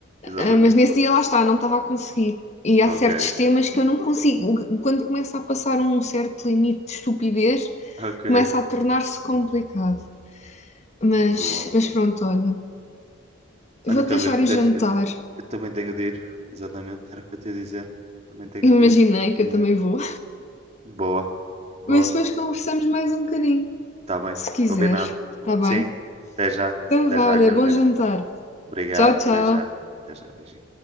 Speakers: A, on the right; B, on the left.
A: exatamente.
B: Ah, mas nesse dia lá está, não estava a conseguir. E há
A: Ok,
B: certos temas que eu não consigo. Quando começa a passar um certo limite de estupidez,
A: ok,
B: começa a tornar-se complicado. Mas,
A: muito bom.
B: mas pronto, olha.
A: Olha,
B: Vou-te
A: Carolina,
B: deixar
A: ter-
B: ir jantar.
A: eu, eu também tenho de ir. Exatamente, era o que eu te ia dizer. Também tenho
B: Imaginei
A: de ir. E
B: que eu
A: é
B: também vou.
A: boa, boa.
B: Mas depois conversamos mais um bocadinho,
A: Está bem,
B: se quiseres.
A: combinado.
B: Está bem?
A: Sim, até já.
B: Então
A: Até
B: vá,
A: já,
B: olha,
A: Carolina.
B: bom jantar.
A: Obrigado,
B: Tchau, tchau.
A: até já. Até já, beijinho.